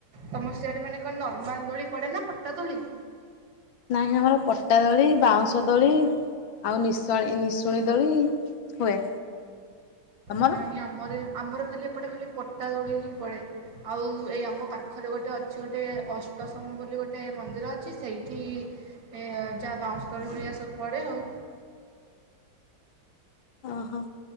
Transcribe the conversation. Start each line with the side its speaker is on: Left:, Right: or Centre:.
Right: ତମର ସିଆଡେ ମାନେ କଣ ନର୍ମାଲ ଦୋଳି ପଡେ ନା ପଟା ଦୋଳି?
Left: ନହିଁ ଆମର ପଟା ଦୋଳି ବାଉଁଶ ଦୋଳି ଆଉ ନିଶଣି ନିଶୁଣି ଦୋଳି ହୁଏ। ତମର?
Right: ନାଇଁ ଆମର ଆମର ଖାଲି ଏପଟେ ଖାଲି ପଟା ଦୋଳି ହିଁ ପଡେ ଆଉ ଏଇ ଆମ ପାଖରେ ଗୋଟେ ଅଛି ଗୋଟେ ଅଷ୍ଟସମ୍ଭୁ ବୋଲି ଗୋଟେ ମନ୍ଦିର ଅଛି ସେଇଠି ଏ ଯାହା ବାଉଁଶ ଦୋଳି ହରିକା ସବୁ ପଡେ ଆଉ
Left: ଓହୋ